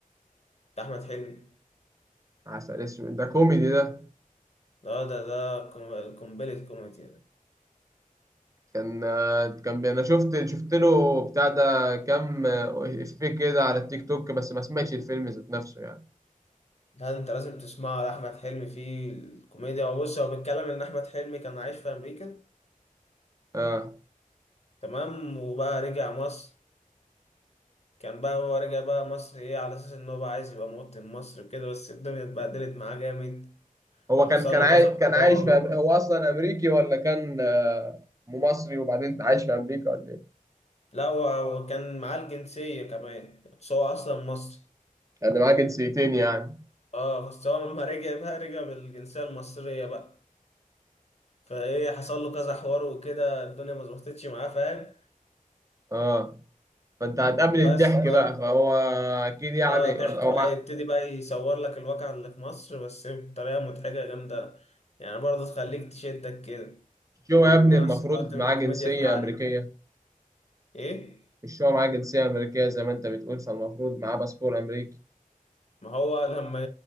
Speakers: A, on the left (about 45°); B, on the right (about 20°).
A: بتاع احمد حلمي
B: عسل اسود ده كوميدي ده
A: ده ده ده كوم- قنبلة كوميديا ده
B: كان كان بي- انا شفت شفت له بتاع ده كام افيه كده على التيك توك بس ما سمعتش الفيلم ذات نفسه يعني
A: ده انت لازم تسمعه ده احمد حلمي فيه الكوميديا وبص هو بيتكلم ان احمد حلمي كان عايش في امريكا
B: اه
A: تمام وبقى رجع مصر كان بقى هو رجع بقى مصر ايه على اساس ان هو بقى عايز يبقى مواطن مصر وكده بس الدنيا اتبهدلت معاه جامد
B: هو
A: وحصل
B: كان كان
A: له
B: عايش
A: كذا حوار
B: كان عايش في أم- هو اصلا امريكي ولا كان آه، مصري وبعدين عايش في امريكا ولا ايه؟
A: لا هو هو كان معاه الجنسية كمان بس هو اصلا مصري
B: كان معاه جنسيتين يعني
A: اه بس هو لما <laughs> رجع بقى رجع بالجنسية المصرية بقى فايه حصل له كذا حوار وكده الدنيا ما ظبطتش معاه فاهم
B: اه فانت هتقابل الضحك
A: بس ف-
B: بقى فهو اكيد يعني
A: اه ضحك
B: هو
A: بقى
B: مع...
A: يبتدي بقى يصور لك الواقع اللي في مصر بس بطريقة مضحكة جامدة يعني برضه تخليك تشدك كده
B: مش هو
A: ونفس
B: يا ابني المفروض
A: الوقت الكوميديا
B: معاه جنسية
A: فيه عالية
B: امريكية
A: ايه
B: مش هو معاه جنسية امريكية زي ما انت بتقول فالمفروض معاه باسبور امريكي
A: ما هو لما